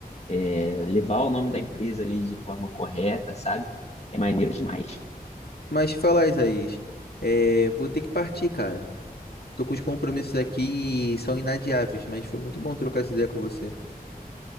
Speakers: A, on the left (about 45°); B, on the left (about 85°).
A: é, levar o nome da empresa ali de forma correta, sabe? É maneiro demais.
B: Mas falar, Isaías, é, vou ter que partir, cara. Tô com os compromissos aqui e são inadiáveis, mas foi muito bom trocar essa ideia com você.